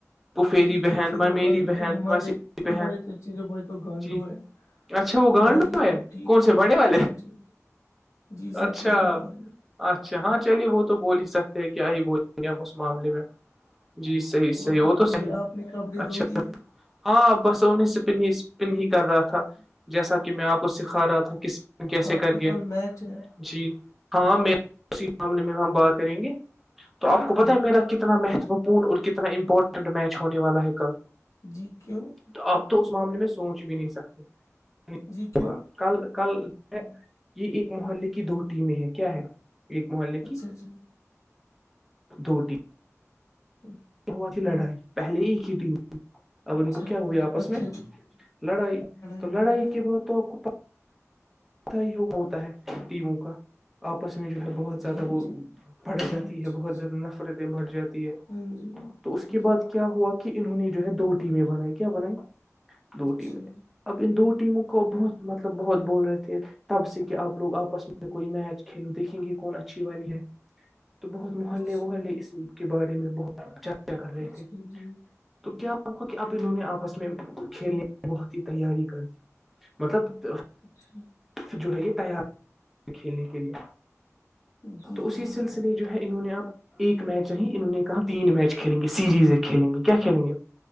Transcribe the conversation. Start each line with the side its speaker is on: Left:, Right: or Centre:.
Centre: پفیری
Left: جی
Centre: بہن
Left: چچیرے
Centre: میں میری
Left: بھائی
Centre: بہن
Left: تو ہمارے
Centre: میں بہن
Left: ہمارے چچیرے بھائی تو گانڈو
Centre: جی
Left: ہے
Centre: اچھا وہ گانڈو
Left: باقی
Centre: ہے
Left: سب ٹھیک
Centre: کون
Left: ہے
Centre: سے بڑے والے
Left: ہاں جی جی سب
Centre: اچھا
Left: سے بڑے والے
Centre: اچھا ہاں چلیے وہ تو بول ہی سکتے ہیں کیا ہی بولیں گے ہم اس معاملے میں جی صحیح
Left: اور
Centre: صحیح
Left: بتائیے
Centre: وہ تو صحیح
Left: آپ نے کپڑے
Centre: اچھا
Left: دھو دیے
Centre: ہاں بس انہیں سپن ہی سپن ہی کر رہا تھا جیسا کہ میں آپ کو سکھا رہا تھا کس کیسے
Left: آپ
Centre: کر
Left: کا
Centre: گیا
Left: کل
Centre: ہوں
Left: میچ ہے
Centre: جی ہاں میں اسی معاملے میں ہم بات کریں گے تو آپ کو پت
Left: جی
Centre: ہے میرا کتنا مہتو اور کتنا امپورٹنٹ میچ ہونے والا ہے کل
Left: جی کیوں
Centre: تو آپ تو اس معاملے میں سوچ بھی نہیں سکتے ہوگا
Left: جی کیوں
Centre: کل کل یہ ایک محلے کی دو ٹیمیں ہے کیا ہے ایک محلے کی
Left: ج جی <unintelligible>
Centre: دوٹی
Left: ہ
Centre: ہوا تھی لڑائی پہلے ہی ایک ہی ٹیم اب
Left: اچھا
Centre: ان کو کیا ہوا آپس
Left: اچھا
Centre: میں
Left: جی
Centre: لڑائی تو
Left: ہوئی
Centre: لڑائی
Left: تھی؟
Centre: کے بعد تو آپ کو پتا ہی ہوگ ہوتا ہے ٹیموں کا آپس میں جو ہے بہت زیادہ
Left: ہاں
Centre: وہ
Left: جی
Centre: بڑھ
Left: جی
Centre: جاتی
Left: جی
Centre: ہے بہت زیادہ نف فرتیں بٹ جاتی ہے
Left: ہاں جی
Centre: تو اس کے
Left: جی
Centre: بعد کیا ہوا کہ انہوں نے جو ہے دو ٹیمیں بنائی کیا بنائی دو
Left: اچھا
Centre: ٹیمیں اب ان دو ٹیموں کو بہت مطلب بہت بول رہے تھے تب سے کہ آپ لوگ آپس میں کوئی میچ کھیلو دیکھیں گے کون اچھی والی ہے تو بہت محلے
Left: اچھا
Centre: محلے اس کے بارے میں بہت چاچا کر رہے
Left: اچھا
Centre: تھے
Left: جی
Centre: تو کیا کہ اب انہوں نے آپس میں کھیلنے کی بہت ہی تیاری کر دی مطلب
Left: اچھا
Centre: جو ہے یہ تیار کھیلنے کے لیے
Left: جی
Centre: تو اسی
Left: جی جی
Centre: سلسلے جو ہے انہوں نے آپ ایک میچ نہیں انہوں نے کہا تین میچ کھیلیں گے سیریز کھیلیں گے کیا کھیلیں گے